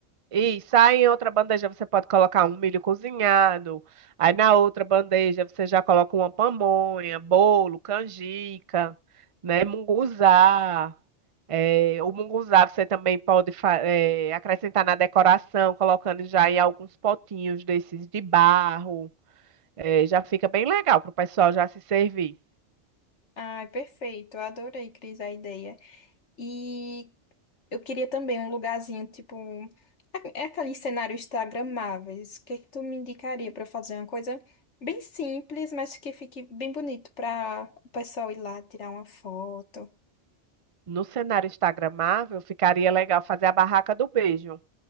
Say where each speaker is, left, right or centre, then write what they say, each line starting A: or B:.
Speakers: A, on the right (about 35°); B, on the left (about 80°).
A: Isso, aí em outra bandeja você pode colocar um milho cozinhado. Aí na outra bandeja você já coloca uma pamonha, bolo, canjica, né? Munguzá. É, o munguzá você também pode fa- é, acrescentar na decoração, colocando já em alguns potinhos desses de barro. É, já fica bem legal para o pessoal já se servir.
B: Ai, perfeito. Eu adorei, Cris, a ideia. E Eu queria também um lugarzinho, tipo, um- é aqueles cenários instagramáveis. O que é que tu me indicaria para fazer uma coisa bem simples, mas que fique bem bonito para o pessoal ir lá tirar uma foto?
A: No cenário instagramável, ficaria legal fazer a barraca do beijo.